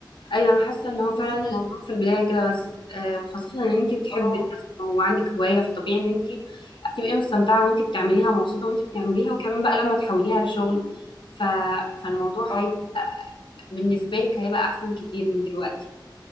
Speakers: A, on the left (about 85°); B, on the left (about 55°).
A: ايوه انا حاسه ان هو
B: بس
A: فعلا
B: انه
A: الموضوع في البدايه كده بس آه، وخاصه ان انت بتحبي
B: اه
A: الرسم وعندك هوايه فطبيعي ان انت هتبقي مستمتعه وانت بتعمليها ومبسوطه وانت بتعمليها وكمان بقى لما تحوليها لشغل ف... فالموضوع
B: اه
A: هيبقى بالنسبه لك هيبقى احسن كتير من دلوقتي